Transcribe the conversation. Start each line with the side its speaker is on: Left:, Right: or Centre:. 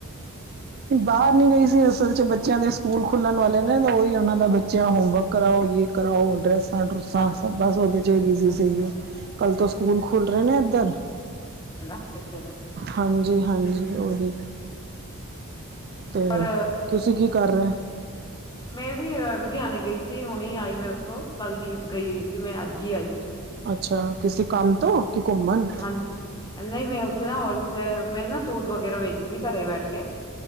Right: ਬਾਹਰ ਨੀ ਗਈ ਸੀ ਅਸਲ ਚ ਬੱਚਿਆਂ ਦੇ ਸਕੂਲ ਖੁੱਲਣ ਵਾਲੇ ਨੇ ਤਾਂ ਉਹੀ ਉਹਨਾਂ ਦਾ ਬੱਚਿਆ ਹੋਮਵਰਕ ਯੇ ਕਰਾਓ ਯੇ ਕਰਾਓ ਬੋਲ ਰੇ ਸਡੂਸ ਸ
Left: ਅੱਛਾ
Right: ਸਭ
Left: ਅੱਛਾ
Right: ਬਸ ਉਹਦੇ ਚ ਵੀ ਬਿਜੀ ਸੀਗੀ
Left: ਅੱਛਾ
Right: ਕੱਲ ਤੋਂ ਸਕੂਲ ਖੁੱਲ ਰਹੇ ਨੇ ਇੱਧਰ
Left: ਹੈਨ ਬੱਚਿਆਂ ਦਾ
Right: ਹਾਂਜੀ-ਹਾਂਜੀ ਉਹੀ ਤੇ
Left: ਪਰ
Right: ਤੁਸੀਂ ਕੀ ਕਰ ਰਹੇ
Left: ਮੈਂ ਵੀ ਲੁਧਿਆਣੇ ਗਈ ਸੀ ਹੁਣੀ ਆਈ ਮੈਂ ਉੱਥੋਂ ਕੱਲ੍ਹ ਦੀ ਗਈ ਹੋਈ ਸੀ ਮੈਂ ਅੱਜ ਹੀ ਆਈ
Right: ਅੱਛਾ ਕਿਸੇ ਕੰਮ
Left: ਹਾਂਜੀ
Right: ਤੋਂ ਕਿ ਘੁੰਮਣ
Left: ਹਾਂਜੀ ਨਹੀਂ ਮੈਂ ਉੱਥੇ ਨਾ ਹੋਲਸੇਲ ਮੈਂ ਨਾ ਸੂਟ ਵਗੈਰਾ ਵੇਚਦੀ ਘਰੇ ਬੈਠ ਕੇ